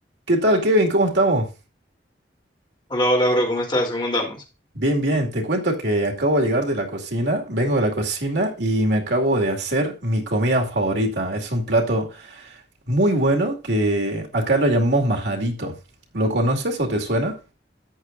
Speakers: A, on the right; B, on the left.
A: ¿Qué tal, Kevin? ¿Cómo estamos?
B: Hola, hola, bro, ¿cómo estás? ¿Cómo andamos?
A: Bien, bien. Te cuento que acabo de llegar de la cocina, vengo de la cocina y me acabo de hacer mi comida favorita. Es un plato muy bueno que acá lo llamamos majadito. ¿Lo conoces o te suena?